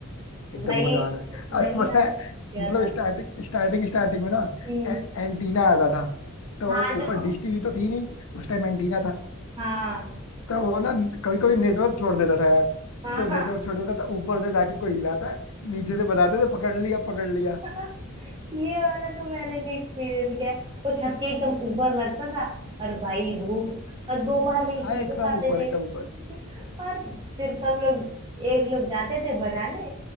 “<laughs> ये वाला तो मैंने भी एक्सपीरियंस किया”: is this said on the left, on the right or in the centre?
Right